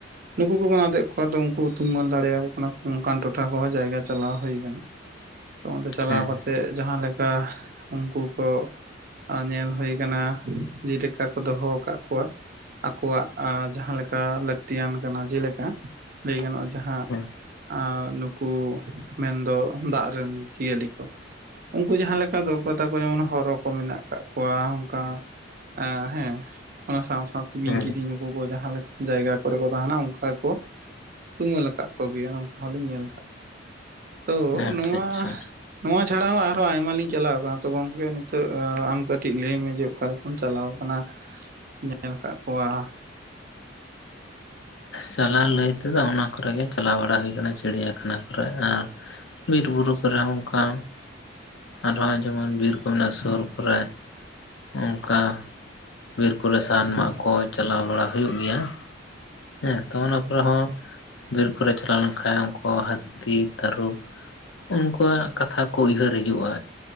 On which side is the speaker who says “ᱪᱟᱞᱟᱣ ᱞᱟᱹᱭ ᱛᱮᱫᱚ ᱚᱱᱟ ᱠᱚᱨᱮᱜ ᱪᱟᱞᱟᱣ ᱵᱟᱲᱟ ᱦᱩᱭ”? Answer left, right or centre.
Left